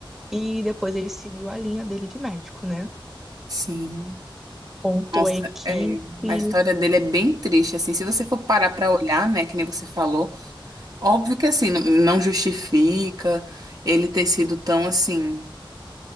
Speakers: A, in the centre; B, on the right.
A: E depois ele seguiu a linha dele de médico, né?
B: sim.
A: Contou
B: Nossa,
A: a equipe.
B: é,
A: Sim,
B: a história dele é bem triste, assim, se você for parar pra olhar, né, que nem você falou, óbvio que assim, não não justifica ele ter sido tão assim